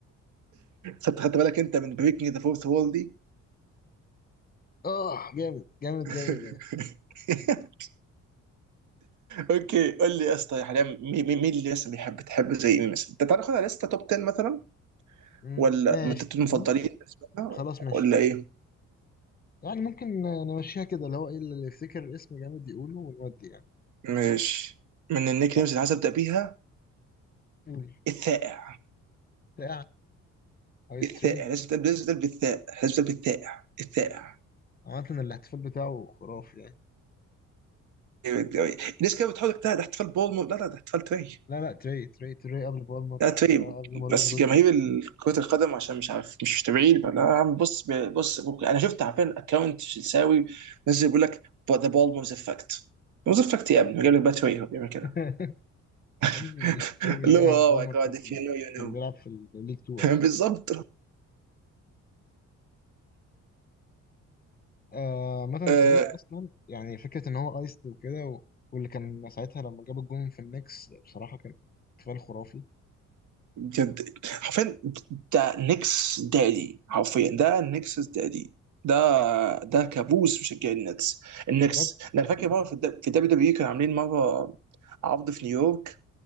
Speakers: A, on the right (about 75°); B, on the left (about 30°).
A: خدت خدت بالك انت من بريكنج ذا فورث وول دي
B: اه جامد جامد
A: <laughs>
B: جامد يعني
A: اوكي قول لي يا اسطى حاليا مين مين اللي لسه بيحب تحب زي مين مثلا انت تعالى ناخدها لسته توب 10 مثلا
B: مم،
A: ولا
B: ماشي
A: من التوب المفضلين بالنسبه لنا
B: خلاص ماشي
A: ولا ايه؟
B: يعني ممكن نمشيها كده اللي هو ايه اللي يفتكر اسم جامد يقوله ونودي يعني
A: ماشي من النيك
B: يعني
A: نيمز اللي عايز ابدا بيها
B: قول
A: الثائع
B: بتاع عايز
A: الثائع
B: تري
A: لازم تبدا لازم تبدا بالثاء لازم تبدا بالثائع الثائع
B: عامة الاحتفال بتاعه خرافي يعني
A: جامد أوي. الناس كده بتحاول تجتهد احتفال بولمور لا لا ده احتفال تري
B: لا لا تري تري تري قبل بالمر
A: لا تريب
B: آه، قبل مورجان
A: بس
B: روجرز
A: جماهير ال- كرة القدم عشان مش عارف مش متابعين فلا يا عم بص بص ممكن انا شفت عارفين اكونت شلساوي نزل بيقول لك ذا بول موز افكت موز افكت يا ابني جاب لك بقى تري هو بيعمل كده
B: <laughs>
A: <laughs>
B: يا ابني تري بيعملها
A: اللي هو اوه
B: مبالمر
A: ماي جاد
B: كان في
A: اف يو نو يو
B: كان
A: نو
B: بيلعب في الليج 2
A: <laughs>
B: اصلا
A: بالظبط
B: آه مثلا
A: آه،
B: تري اصلا يعني فكره ان هو ايسد وكده و... واللي كان ساعتها لما جاب الجون في النكس بصراحه كان احتفال خرافي
A: بجد حرفيا ده نيكس دادي حرفيا ده نيكس دادي ده ده كابوس مشجعين النتس النكس
B: بجد
A: ده انا فاكر مره في الدبليو دبليو كانوا عاملين مره عرض في نيويورك